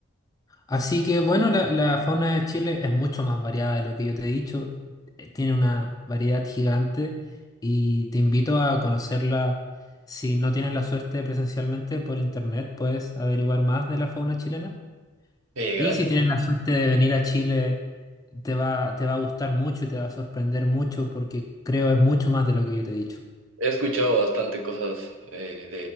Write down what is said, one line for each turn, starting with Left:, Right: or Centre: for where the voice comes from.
Left: Así que bueno, la, la fauna de Chile es mucho más variada de lo que yo te he dicho. Eh, Tiene una variedad gigante y te invito a conocerla. Si no tienes la suerte presencialmente por internet, puedes averiguar más de la fauna chilena.
Right: Eh,
Left: Y
Right: gracias.
Left: si tienes la suerte de venir a Chile, te va, te va a gustar mucho y te va a sorprender mucho porque creo es mucho más de lo que yo te he dicho.
Right: He escuchado bastante cosas eh,